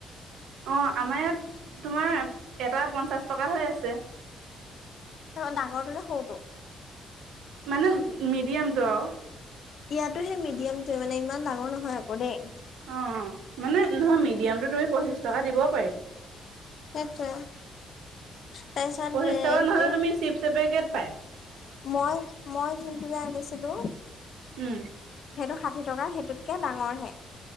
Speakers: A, on the right; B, on the left.
A: অঁ আমাৰ ইয়াত তোমাৰ এটা পঞ্চাছ টকা হৈ আছে।
B: ত ডাঙৰটো নে সৰুটো?
A: মানে মিডিয়ামটো আৰু।
B: ইয়াতো সেই মিডিয়ামটোৱে মানে ইমান ডাঙৰ নহয় আক দেই।
A: অ মানে নহয় মিডিয়ামটো তুমি পঁচিশ টকা দিব পাৰি।
B: সেইটোৱে তাৰপিছত
A: পঁচিশ
B: এ
A: টকা নহলে তুমি চিপচ এপেকেট পাই।
B: মই মই যোনটো যে আনিছিলো
A: উম
B: সেইটো ষাঠি টকা সেইটোতকে ডাঙৰ হে।